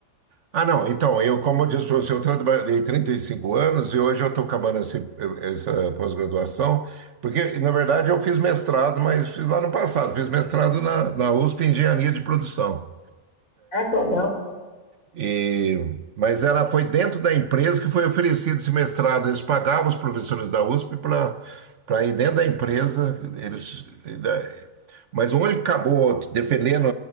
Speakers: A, on the right; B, on the left.
A: Ah, não. Então, eu, como eu disse para você, eu trabalhei 35 anos e hoje eu estou acabando esse- essa pós-graduação, porque, na verdade, eu fiz mestrado, mas fiz lá no passado, fiz mestrado na, na USP em Engenharia de Produção.
B: Ah, que legal.
A: E, mas ela foi dentro da empresa que foi oferecido esse mestrado. Eles pagavam os professores da USP para para ir dentro da empresa. Eles, né, mas o único que acabou defendendo